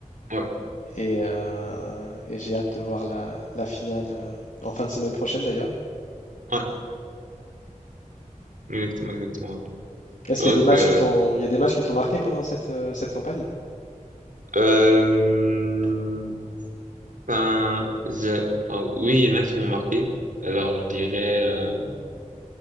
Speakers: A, on the right; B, on the left.
A: Ouais,
B: Et, euh, et j'ai hâte de voir la, la finale euh, en fin de semaine prochaine d'ailleurs.
A: ouais, exactement, exactement. ouais.
B: Est-ce
A: C'est
B: qu'il
A: vrai
B: y a des matchs
A: que,
B: qui t'ont, il y a des matchs qui t'ont marqué pendant cette, euh, cette campagne?
A: euh, enfin, j'ai- enfin, oui, il y en a qui m'ont marqué. Alors, je dirais, euh,